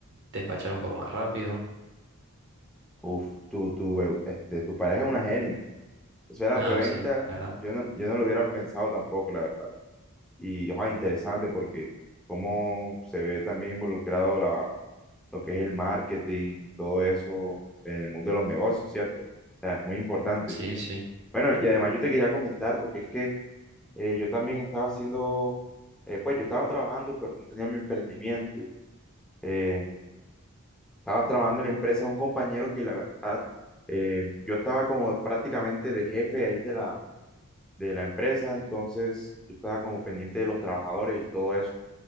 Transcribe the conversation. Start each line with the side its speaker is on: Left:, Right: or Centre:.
Right: despachar un poco más rápido.
Centre: uf, tú, tú, eh, este, tu pareja es una genio. Eso de la
Right: Nada,
Centre: preventa,
Right: sí, la verdad.
Centre: yo no, yo no lo hubiera pensado tampoco, la verdad. Y, ojo, interesante porque cómo se ve también involucrado la, lo que es el marketing y todo eso en el mundo de los negocios, ¿cierto? O sea, es muy importante.
Right: Sí, sí.
Centre: Bueno, y además yo te quería comentar, porque es que eh, yo también estaba haciendo, eh, pues yo estaba trabajando, pero no tenía mi emprendimiento. Y, eh, estaba trabajando en la empresa de un compañero que la verdad, eh, yo estaba como prácticamente de jefe ahí de la, de la empresa, entonces yo estaba como pendiente de los trabajadores y todo eso.